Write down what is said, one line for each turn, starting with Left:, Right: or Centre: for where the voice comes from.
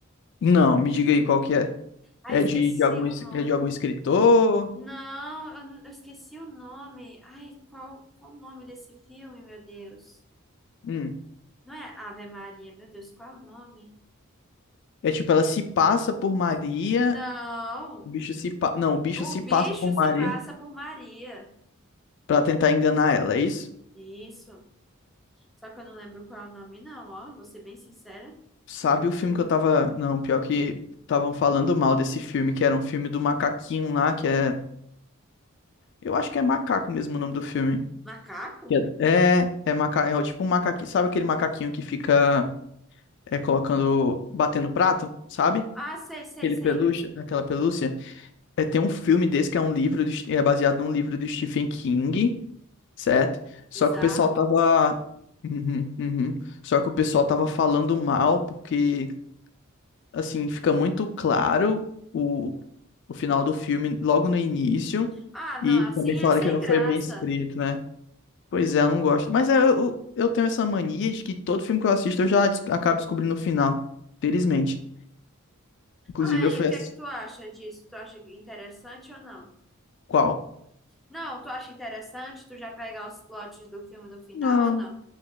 Left: Não, me diga aí qual que é.
Centre: Ai,
Left: É
Centre: esqueci
Left: de, de algum,
Centre: o
Left: es-
Centre: nome.
Left: é de algum escritor?
Centre: Não, eu, não- eu esqueci o nome. Ai, qual, qual o nome desse filme, meu Deus?
Left: Hum.
Centre: Não é Ave Maria, meu Deus, qual é o nome?
Left: É tipo, ela se passa por Maria
Centre: Não,
Left: O bicho se pa... Não, o bicho
Centre: o
Left: se
Centre: bicho
Left: passa por
Centre: se
Left: Maria
Centre: passa por Maria.
Left: pra tentar enganar ela, é isso?
Centre: Isso. Só que eu não lembro qual é o nome, não, ó. Vou ser bem sincera.
Left: Sabe o filme que eu tava. Não, pior que estavam falando mal desse filme, que era um filme do macaquinho lá, que é. Eu acho que é macaco mesmo o nome do filme.
Centre: Macaco?
Left: Que É, é, é maca... é o tipo um macaquinho. Sabe aquele macaquinho que fica é, colocando. batendo prato, sabe?
Centre: Ah, sei, sei,
Left: Aquele
Centre: sei.
Left: pelúcia, aquela pelúcia. É, tem um filme desse que é um livro, do... é baseado num livro do Stephen King. certo? Só
Centre: Bizarro.
Left: que o pessoal tava. Uhum, uhum. Só que o pessoal tava falando mal, porque, assim, fica muito claro o, o final do filme logo no início,
Centre: Ah, não,
Left: e
Centre: assim
Left: também falaram
Centre: é sem
Left: que não
Centre: graça.
Left: foi bem escrito, né? Pois é, eu não gosto. Mas é, eu, eu tenho essa mania de que todo filme que eu assisto eu já des- acabo descobrindo o final, felizmente. Inclusive,
Centre: Ai,
Left: eu fui
Centre: o que
Left: assistir.
Centre: é que tu acha disso? Tu acha interessante ou não?
Left: Qual?
Centre: Não, tu acha interessante tu já pegar os plots do filme no final
Left: Não.
Centre: ou não?